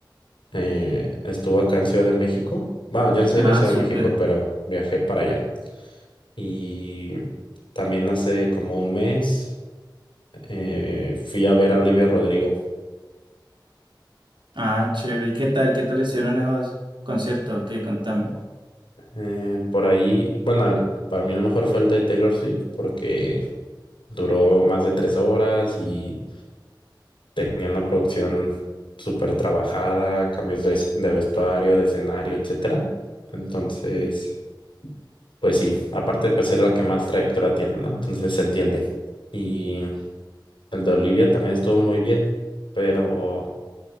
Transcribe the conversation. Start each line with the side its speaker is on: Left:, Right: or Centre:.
Left: Eh, estuvo acá en Ciudad de México. Bueno, yo no soy
Right: Ah,
Left: de Ciudad
Right: súper.
Left: de México, pero viajé para allá. Y también hace como un mes eh, fui a ver a Olivia Rodrigo.
Right: Ah, chévere. ¿Y qué tal? ¿Qué tal estuvieron esos conciertos? ¿Qué? Contame.
Left: Eh, por ahí, bueno, al- para mí el mejor fue el de Taylor Swift porque duró más de tres horas y Tenía una producción súper trabajada, cambios de, de vestuario, de escenario, etcétera. Entonces, pues sí, aparte pues es la que más trayectoria tiene, ¿no? Entonces se entiende. Y el de Olivia también estuvo muy bien, pero